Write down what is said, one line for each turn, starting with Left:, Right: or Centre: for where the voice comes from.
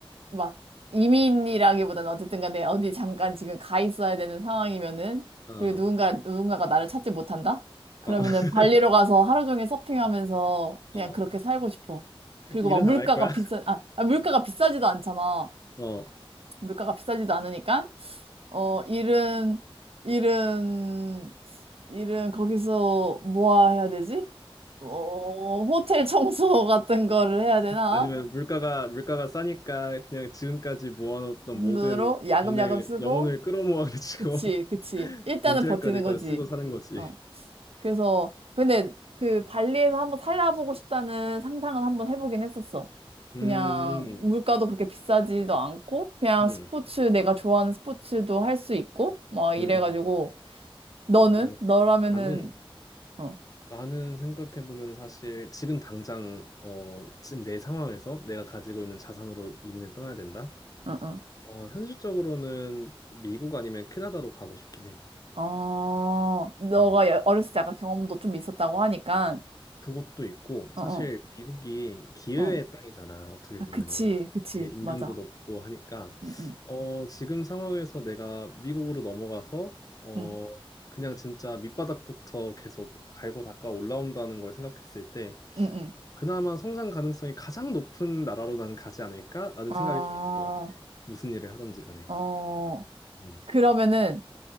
Right: 막 이민이라기보다는 어쨌든 간에 어디 잠깐 지금 가 있어야 되는 상황이면은
Left: 어,
Right: 그리고 누군가 누군가가 나를 찾지 못한다? 그러면은
Left: 어, <laughs>
Right: 발리로 가서 하루 종일 서핑하면서 그냥
Left: 어.
Right: 그렇게 살고 싶어. 그리고
Left: 일은
Right: 막 물가가
Left: 안 할 거야?
Right: 비싸 아, 아, 물가가 비싸지도 않잖아.
Left: <laughs> 어
Right: 물가가 비싸지도 않으니까 어 일은 일은 일은 거기서 뭐야 해야 되지? 어 호텔 청소 같은 거를 해야 되나?
Left: 아니면 물가가 물가가 싸니까 그냥 지금까지 모아놓던
Right: 으로
Left: 모든
Right: 야금야금
Left: 돈을
Right: 쓰고
Left: 영혼을 끌어모아가지고
Right: 그치, 그치.
Left: <laughs>
Right: 일단은
Left: 은퇴할까지
Right: 버티는
Left: 그걸
Right: 거지.
Left: 쓰고 사는 거지.
Right: 어. 그래서, 근데 그 발리에서 한번 살아보고 싶다는 상상은 한번 해보긴 했었어. 그냥
Left: 음, 음,
Right: 물가도 그렇게 비싸지도 않고, 그냥
Left: 음,
Right: 스포츠, 내가 좋아하는 스포츠도 할 수 있고, 막 이래가지고,
Left: 음, 음.
Right: 너는?
Left: 그냥
Right: 너라면은,
Left: 되게 나는
Right: 어,
Left: 나는 생각해 보면 사실 지금 당장 어 지금 내 상황에서 내가 가지고 있는 자산으로 이민을 떠나야 된다.
Right: 응, 응.
Left: 어 현실적으로는 미국 아니면 캐나다로 가고 싶긴 해.
Right: 어, 너가
Left: 음.
Right: 여- 어렸을 때 약간 경험도 좀 있었다고 하니까,
Left: 그것도 있고
Right: 어,
Left: 사실
Right: 어,
Left: 미국이 기회의
Right: 어.
Left: 땅이잖아. 어떻게
Right: 아,
Left: 보면은
Right: 그치, 그치.
Left: 되게 임금도
Right: 맞아.
Left: 높고 하니까
Right: 응, 응,
Left: 어 지금 상황에서 내가 미국으로 넘어가서 어
Right: 응,
Left: 그냥 진짜 밑바닥부터 계속 갈고 닦아 올라온다는 걸 생각했을 때
Right: 응, 응.
Left: 그나마 성장 가능성이 가장 높은 나라로 나는 가지 않을까라는
Right: 어,
Left: 생각이 좀 있는 것 같아. 무슨 일을 하든지 간에.
Right: 어.
Left: 음.
Right: 그러면은